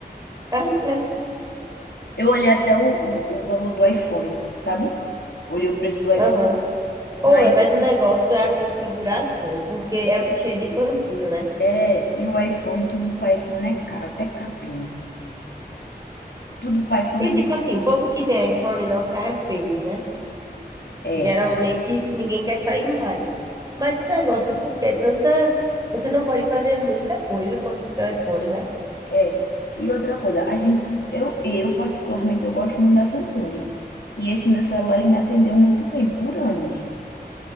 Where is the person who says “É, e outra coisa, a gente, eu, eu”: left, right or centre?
Left